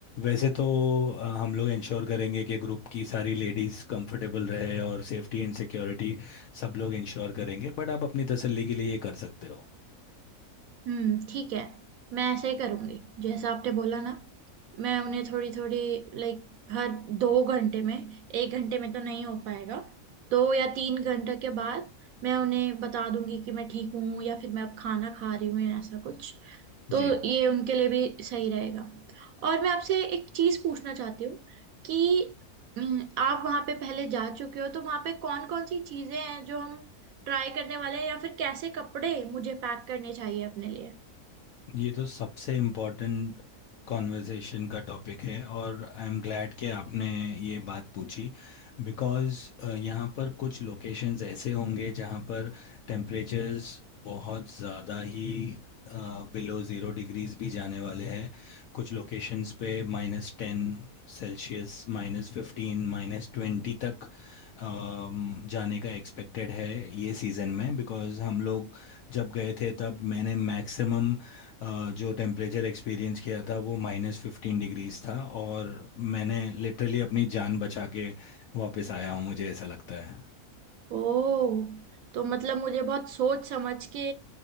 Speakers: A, on the left; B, on the right.
A: वैसे तो अ, हम लोग इंश्योर करेंगे कि ग्रुप की सारी लेडीज़ कंफर्टेबल रहे और सेफ्टी एंड सिक्योरिटी सब लोग इंश्योर करेंगे बट आप अपनी तसल्ली के लिए ये कर सकते हो
B: हम्म ठीक है मैं ऐसे ही करूंगी जैसा आपने बोला ना मैं उन्हें थोड़ी थोड़ी लाइक हर दो घंटे में एक घंटे में तो नहीं हो पाएगा दो या तीन घंटे के बाद मैं उन्हें बता दूंगी कि मैं ठीक हूँ या फिर मैं अब खाना खा रही हूँ या ऐसा कुछ
A: जी
B: तो ये उनके लिए भी सही रहेगा और मैं आपसे एक चीज पूछना चाहती हूँ कि हम्म, आप वहाँ पे पहले जा चुके हो तो वहाँ पे कौन कौन सी चीजें हैं जो हम ट्राई करने वाले हैं या फिर कैसे कपड़े मुझे पैक करने चाहिए अपने लिए
A: ये तो सबसे इम्पोर्टेंट कॉन्वर्सेशन का टॉपिक है और आई एम ग्लैड कि आपने ये बात पूछी बिकॉज़ यहाँ पर कुछ लोकेशंस ऐसे होंगे जहाँ पर टेम्परेचर्स बहुत ज़्यादा ही बिलो ज़ीरो डिग्रीज भी जाने वाले हैं कुछ लोकेशंस पे minus ten Celsius minus fifteen minus twenty तक अम, जाने का एक्सपेक्टेड है ये सीज़न में बिकॉज़ हम लोग जब गए थे तब मैंने मैक्सिमम अ, जो टेम्परेचर एक्सपीरियंस किया था वो माइनस फिफ्टीन डिग्रीज था और मैंने लिटरली अपनी जान बचा के वापस आया हूँ मुझे ऐसा लगता है
B: ओ तो मतलब मुझे बहुत सोच समझ के